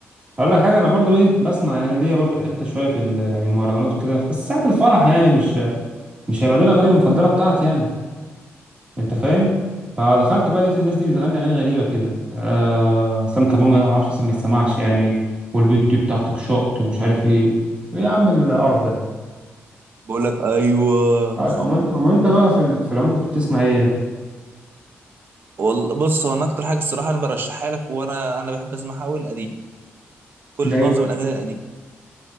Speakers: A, on the right (about 25°); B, on the right (about 50°).
A: اقول لك حاجه انا برضو ايه بسمع انا ليا برضو حته شويه في ال- يعني المهرجانات وكده بس ساعه الفرح يعني مش مش هيبقى دي الاغاني المفضله بتاعتي يعني انت فاهم فدخلت بقى لقيت الناس دي بتغني اغاني غريبه كده آه اسلام كابونجا ده ما اعرفش اسمه، ما يتسمعش يعني والبت دي بتاعتك شقط ومش عارف ايه ايه يا عم القرف ده
B: بقول لك ايوه
A: آه، امال امال انت بقى في ال- في العموم كنت بتسمع ايه يعني
B: والله بص هو انا اكتر حاجه الصراحه انا برشحها لك وانا انا بحب اسمعها قوي القديم كل
A: زي
B: معظم الاغاني القديمه